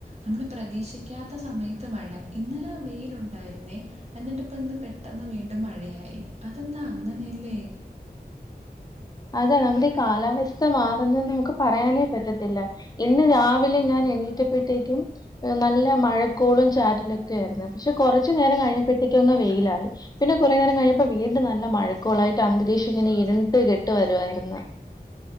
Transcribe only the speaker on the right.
അമ്മള് പ്രതീക്ഷിക്കാത്ത സമയത്ത് മഴ ഇന്നലെ വെയിലുണ്ടായിരുന്നേ എന്നിട്ട് ഇപ്പന്ന് പെട്ടെന്ന് വീണ്ടും മഴയായി അതെന്താ അങ്ങനെയല്ലേ